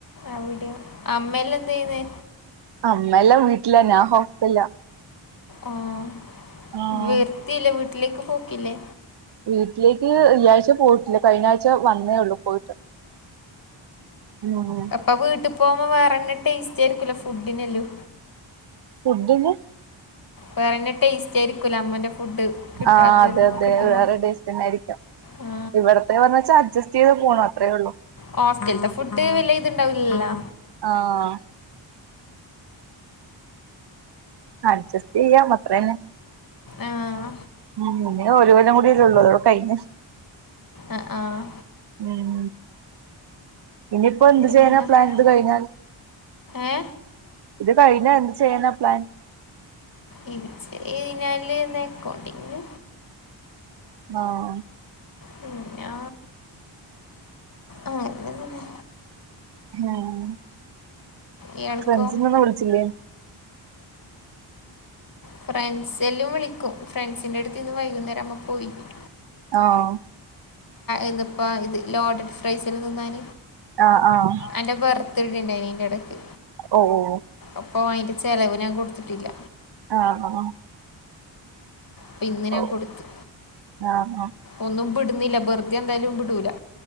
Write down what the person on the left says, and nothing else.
അവിടെയോ. അമ്മല്ലേ എന്തേ യ്യുന്നേ?
ആഹ്
വരുത്തില്ലേ വീട്ടിലേക്ക് പോകൂല്ലേ
അപ്പൊ വീട്ട് പോകുമ്പോ വേറെന്നെ ടേസ്റ്റായിരിക്കല്ലോ ഫുഡ്ഡ്നല്ലും.
വേറെന്നെ ടേസ്റ്റ് ആയിരിക്കൂല്ലെ അമ്മന്റെ ഫുഡ് കിട്ടാത്തത്
കിട്ടുമ്പോ
ആ
ഹോസ്റ്റൽത്തെ ഫുഡ് വല്യത്ണ്ടാവൂലല്ലോ.
ആഹ്
അ ആഹ്
പിന്നെന്താ
ഏ
ഇത് <unintelligible> ഴിഞ്ഞാൽ ന്ന് എക്കൗണ്ടിങ്
പിഞ്ഞാ ആ അങ്ങനെന്നെ
ഇയാൾക്കോ
ഫ്രണ്ട്സെല്ലും വിളിക്കും ഫ്രണ്ട്സിൻ്റെ അടുത്ത് ഇന്ന് വൈകുന്നേരാകുമ്പോ പോയിരിക്കും
ഇത്പ്പ ഇത് ലോഡഡ് ഫ്രൈസൽ തിന്നാൻ
എന്റെ ബർത്ത്ഡേ ണ്ടായിനി ഐന്റെടക്ക്.
അപ്പൊ അയിന്റെ ചെലവ് ഞാൻ കൊടുത്തിട്ടില്ല
പ്പ ഇന്ന് ഞാൻ
കൊടുത്ത്
ഒന്നും വിടുന്നില്ല വെറുതെന്തായാലും വിടൂല.